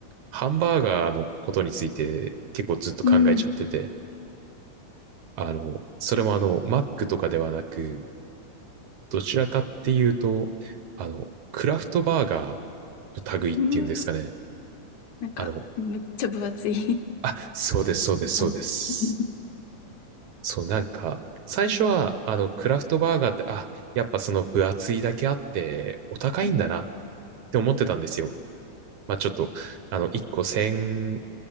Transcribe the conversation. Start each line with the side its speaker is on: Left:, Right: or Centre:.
Right: ハンバーガーのことについて結構ずっと考えちゃってて、
Left: ん。
Right: あの、それもあの、マックとかではなく、どちらかっていうと、あの、クラフトバーガーの類っていうんですかね。
Left: うんなんか、
Right: あの、
Left: めっちゃ分厚い
Right: あ、そうです、そうです、
Left: <laughs>
Right: そうです。
Left: なんかう
Right: そう、なんか、最初は、あの、クラフトバーガーって、あ、やっぱその分厚いだけあって、お高いんだなっ
Left: ん
Right: て思ってたんですよ。まあ、ちょっと、あの、1個1000